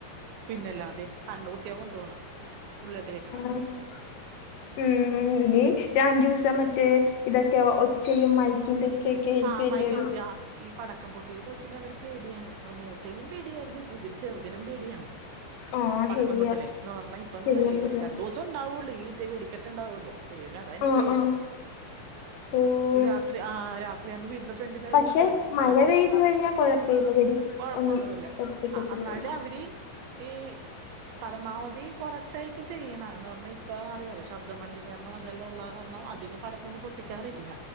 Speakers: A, on the right; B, on the left.
A: പിന്നല്ലാതെ. ദേ കണ്ണ് പൊത്തിയാ കൊണ്ടുപോണേ ഉള്ളേട്ട് കേറ്റുന്ന.
B: <inaudible> ഉം ഇനി ഒരു അഞ്ച് ദിവസം മറ്റേ ഇതൊക്കെ ഒച്ചയും മ ഇതിന്റെ ഒച്ചയൊക്കെ ആയിരിക്കും
A: ആഹ് അമ്മായിക്ക്
B: അല്ലേ.
A: രാ ഈ പടക്കം പൊട്ടിയിരെ കൊച്ചിന് ഭയങ്കര പേടിയാണ് അത് മൂത്തേനും പേടിയായിരുന്നു ഇപ്പോ ഇത് ചെറുതിനും പേടിയാണ്.
B: ആഹ്
A: പടക്കം
B: ശരിയാ
A: പൊട്ടില് എന്ന് പറഞ്ഞാൽ ഇപ്പൊ
B: ശരിയാ
A: ഈ
B: ശരിയാ
A: ഒരു രണ്ട് ദിവസം. ഉണ്ടാവുള്ളൂ ഈ ടൈം വെടിക്കെട്ട് ഉണ്ടാവുല്ലോ ദൈവമേ അത് എനിക്ക്
B: ആഹ്
A: പേടി.
B: ആഹ് ഓഹ്
A: ഈ രാത്രി ആഹ് രാ ഇപ്പൊ ഞാൻ വീട്ടിന്റെ ഫ്രണ്ടിൽ ആയതുത്തോണ്ടെ
B: പക്ഷെ മഴ
A: ന
B: പെയ്തു കഴിഞ്ഞാ കൊഴപ്പയില്ല വെടി
A: കൊഴപ്പം
B: ഒന്നും
A: ഉണ്ടാവില്ല.
B: പൊട്ടിക്കത്തില്ലല്ലോ
A: ആഹ് അന്നാലും അവരെ. ഈ പരമാവധി കൊറച്ചായിരിക്കും ചെയ്യണേ എന്ന് പറഞ്ഞു. ഇപ്പോ അറിയാലോ ശബ്ദമലിനീകരണം അതെല്ലാം ഉള്ള കാരണം അധികം പടക്കം ഒന്നും പൊട്ടിക്കാറില്ല.